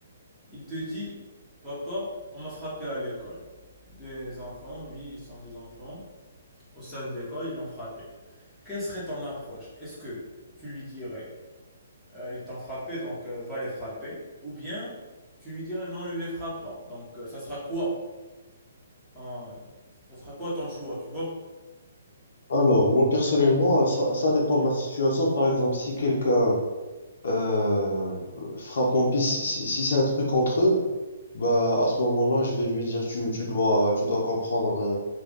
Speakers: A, in the centre; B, on the left (about 65°).
A: Il te dit, Papa, on m'a frappé à l'école. Des enfants, oui, ils sont des enfants. Au sein de l'école, ils l'ont frappé. Quelle serait ton approche? Est-ce que tu lui dirais, Euh, ils t'ont frappé, donc euh, va les frapper? Ou bien tu lui dirais, non, ne les frappe pas. Donc euh, ça sera quoi? Ton- ça sera quoi ton choix, tu vois?
B: Alors, moi, personnellement, euh, ça, ça dépend de la situation. Par exemple, si quelqu'un euh, frappe mon piste, si, si- si c'est un truc entre eux, bah, à ce moment-là, je vais lui dire, tu, tu dois, tu dois comprendre euh,